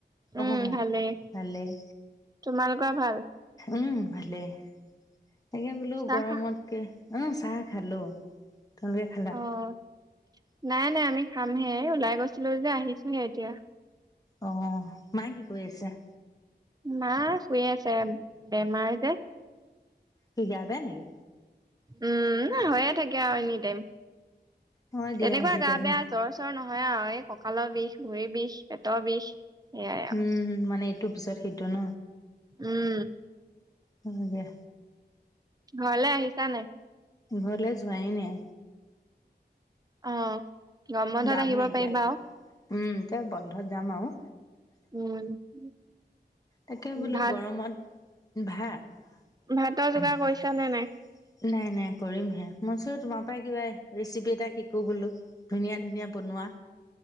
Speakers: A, on the right; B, on the left.
A: উম,
B: অহহহ
A: ভালেই
B: ভালেই
A: তোমালোকৰ ভাল?
B: উম ভালে তাকে বোলো
A: চাহ
B: গৰমতকে
A: খা
B: অ চাহ খালো তোমালোকে খালা
A: অ', নাই নাই আমি খামহে ওলাই গৈছিলো যে আহিছোহে এতিয়া
B: অ মায়ে কি কৰি আছে
A: মা শুইয়ে আছে বেমাৰ যে
B: কি গা বেয়া নিকি
A: উম হৈয়ে থাকে আৰু এনি টাইম
B: হয় দিয়া
A: তেনেকুৱা
B: আজিকালি
A: গা বেয়া জ্বৰ চৰ নহয় হয়ে আও এই কঁকালৰ বিষ ভৰি বিষ পেটৰ বিষ সেয়াই আৰু
B: উম মানে এইটো পিছত সেইটো ন
A: উম
B: হু দিয়া
A: ঘৰলে আহিছা নাই
B: ঘৰলে যোৱাই নাই
A: অ গৰম বন্ধত
B: যামহে
A: আহিব
B: এতিয়া
A: পাৰিবা আও
B: উম' এতিয়া বন্ধত যাম আৰু।
A: উম
B: তাকে বোলো
A: ভাত
B: গৰমত। ভাত
A: ভাতৰ যোগাৰ
B: নাই
A: কৰিছা নে
B: নাই কৰিমহে। মই চো তোমাৰ পৰা কিবা ৰেচিপি এটা শিকো বোলো ধুনীয়া ধুনীয়া বনোৱা।